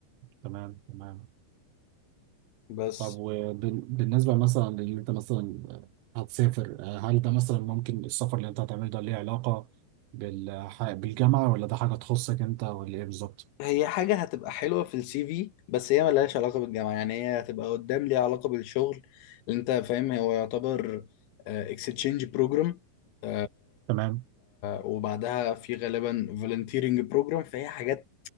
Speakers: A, on the right (about 80°); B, on the left (about 80°).
A: تمام تمام
B: بس
A: طب وبالنسبة مثلا اللي انت مثلا هتسافر هل ده مثلا ممكن السفر اللي انت هتعمله ده ليه علاقة بالح... بالجامعة ولا ده حاجة تخصك انت ولا ايه بالظبط؟
B: هي حاجه هتبقى حلوه في السي في بس هي ملهاش علاقه بالجامعه يعني هي هتبقى قدام ليها علاقه بالشغل اللي انت فاهم هو يعتبر اكستشينج بروجرام ف...
A: تمام
B: وبعدها في غالبا فولنتيرنج بروجرام فهي حاجات